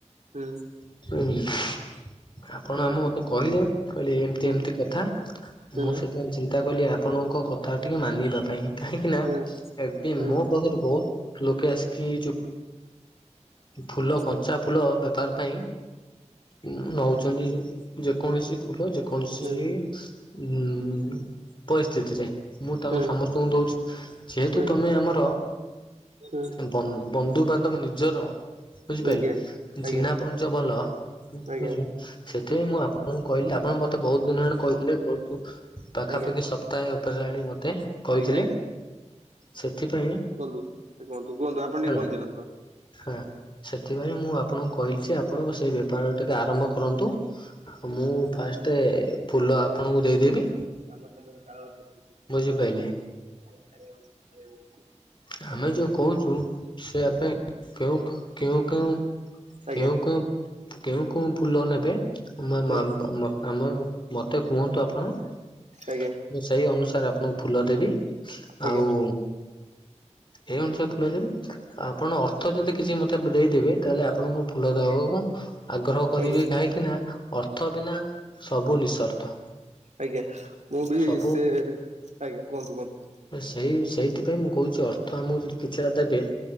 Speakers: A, on the right; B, on the left.
A: ହୁଁ।
B: ହୁଁ। ଆପଣ
A: ହୁଁ
B: ଆମ ମତେ କହିଲେ କହିଲେ ଏମତି
A: ହୁଁ
B: ଏମତି କଥା
A: ହୁଁ
B: ମୁଁ ସେଇଥିପାଇଁ ଚି ନ୍ତା କଲି ଆପଣଙ୍କ କଥା ଟିକେ ମାନିବା ପାଇଁ କାହିଁକିନା
A: ହୁଁ
B: ଏବେ
A: ହୁଁ
B: ମୁଁ ବହୁତ ବହୁତ ଲୋକେ ଆସିକି ଯୋଉ ଫୁଲ
A: ହୁଁ
B: କଞ୍ଚା ଫୁଲ ବେପାର ପାଇଁ। ଉଁ ନଉଚନ୍ତି ଯେକୌଣସି ଫୁଲ ଯେକୌଣସି
A: ହୁଁ
B: ଉଁ ପରିସ୍ଥିତିରେ ମୁଁ ତାଙ୍କୁ
A: ହୁଁ
B: ସମସ୍ତଙ୍କୁ ଦଉଚି। ଯେହେତୁ
A: ହୁଁ
B: ତମେ ଆମର
A: ହୁଁ।
B: ବନ୍ଦ-ବନ୍ଧୁବାନ୍ଧବ ନିଜର ବୁଝିପାଇଲେ
A: ଆଜ୍ଞା ଆଜ୍ଞା
B: ଚିହ୍ନା ପରିଚୟ ଭଲ। ହୁଁ
A: ଆଜ୍ଞା ଆଜ୍ଞା
B: ବୁଝିଲି। ସେଥିପାଇଁ ମୁଁ ଆପଣଙ୍କୁ କହିଲି ଆପଣ ମତେ ବହୁତ ଦିନ ହେଲାଣି କହିଥିଲେ ବହୁତ ପାଖାପାଖି
A: ଆଜ୍ଞା
B: ସ ପ୍ତାହେ ଉପରେ ହେଲାଣି ମତେ କହିଥିଲେ
A: ଆଜ୍ଞା ଆଜ୍ଞା
B: ସେଥିପାଇଁ
A: କୁହନ୍ତୁ ଏ କୁହନ୍ତୁ କୁହନ୍ତୁ ଆପଣ ଟିକେ
B: ହେଲା
A: କହିଚାଲନ୍ତୁ।
B: ହଁ। ସେଥିପାଇଁ ମୁଁ ଆପଣଙ୍କୁ କହିଲି ଯେ ଆପଣଙ୍କ ସେଇ ବେ ପାର ଟିକେ ଆରମ୍ଭ କରନ୍ତୁ ଆଉ ମୁଁ ଫାଷ୍ଟେ ଫୁଲ ଆପଣଙ୍କୁ ଦେଇଦେବି।
A: ଆମ ଛାତରେ ତାଳଗଛ <unintelligible>
B: ବୁଝିପାରିଲେ
A: କାଳିଆ କାଳିଆ <unintelligible> କାଳିଆ <unintelligible>
B: ଆମେ ଯୋଉ କହୁଛୁ ସେ ପାଇଁ କେଉ କେଉଁ କେଉଁ
A: ଆଜ୍ଞା
B: କେଉଁ କେଉଁ କେଉଁ କୋଉଁ ଫୁଲ ନେବେ ମା-ମା
A: ହୁଁ
B: ଆ ଆମ ମତେ କୁହନ୍ତୁ ଆପଣ। ମୁଁ
A: ଆଜ୍ଞା
B: ସେଇ ଅନୁସାରେ ଆପଣଙ୍କୁ ଫୁଲ ଦେବି
A: ଆଜ୍ଞା
B: ଆଉ ଏଇ ଅନୁସାରେ ଫୁଲ ଦେବି ଆପଣ ଅର୍ଥ ଯଦି କିଛି ମତେ ଦେଇଦେବେ ତାହେଲେ ଆ ଆପଣଙ୍କୁ ଫୁଲ ଦେବାକୁ ଆଗ୍ରହ କରିବି
A: ଆଜ୍ଞା ଆଜ୍ଞା
B: କା ହିଁକି ନା ଅର୍ଥ ବିନା ସବୁ ନିଃସର୍ଥ।
A: ଆଜ୍ଞା ମୁଁ ବି
B: ସବୁ
A: ସେ ଆଜ୍ଞା କୁହନ୍ତୁ କୁହନ୍ତୁ।
B: ଆଉ ସେଇ ସେଇଥିପାଇଁ ମୁଁ କହୁଚି ଅର୍ଥ ଆମକୁ ଯଦି କିଛିଟା ଦେବେ।